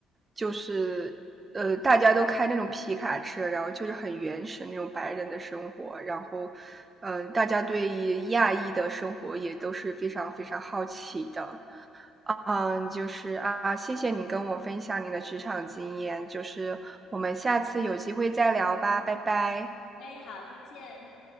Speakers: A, on the right (about 30°); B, on the left (about 65°).
A: 就是呃，大家都开那种皮卡车，然后就是很原始那种白人的生活，然后嗯、呃大家对于亚裔的生活也都是非常非常好奇的。嗯，就是啊，谢谢你跟我分享你的职场经验，就是我们下次有机会再聊吧，拜拜。
B: 哎，好，再见。